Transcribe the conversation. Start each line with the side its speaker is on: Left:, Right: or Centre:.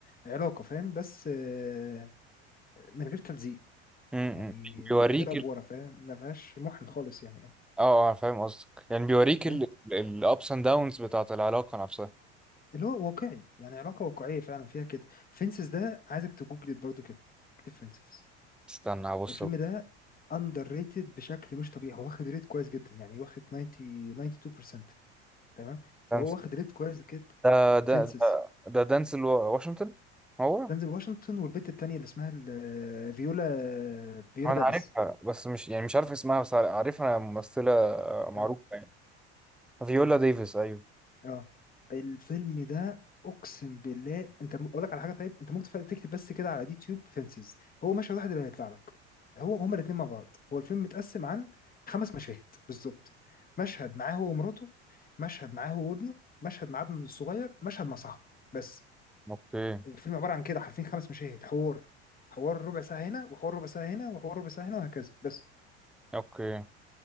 Left: علاقة فاهم بس آه، من غير تلزيق
Centre: م-
Left: يعني
Centre: م. بيوريك
Left: من غير أفورة فاهم ما فيهاش محن خالص يعني
Centre: اه اه فاهم قصدك يعني بيوريك
Left: فاهم
Centre: الابس اند داونز بتاعت العلاقة نفسها
Left: اللي هو واقعي يعني علاقة واقعية فعلا فيها كده فينسز ده عايزك تجوجلت برضو كده اكتب فينسز
Centre: استنى هبص
Left: الفيلم ده اندر ريتد بشكل مش طبيعي هو واخد ريت كويس جدا يعني واخد 90 92% تمام فهو
Centre: دانس
Left: واخد ريت كويس جدا
Centre: ده
Left: فينسز
Centre: ده ده, ده دانس الوا- واشنطن هو
Left: دنزل واشنطن والبت التانية اللي اسمها ال- فيولا فيولا
Centre: انا
Left: دافيس
Centre: عارفها بس مش يعني مش عارف اسمها بس عارفها ممثلة آه، معروفة
Left: اه
Centre: يعني فيولا ديفيس ايوه
Left: اه الفيلم ده اقسم بالله انت م- اقول لك على حاجه طيب انت ممكن تف- تكتب بس كده على اليوتيوب فينسز هو مشهد واحد اللي هيطلع لك هو هما الاثنين مع بعض هو الفيلم متقسم عن خمس مشاهد بالظبط مشهد معاه هو ومراته مشهد معاه هو وابنه مشهد مع ابنه الصغير مشهد مع صاحبه بس
Centre: اوكي
Left: الفيلم عباره عن كده حرفيا خمس مشاهد حوار حوار ربع ساعه هنا وحوار ربع ساعه هنا وحوار ربع ساعه هنا وهكذا بس
Centre: اوكي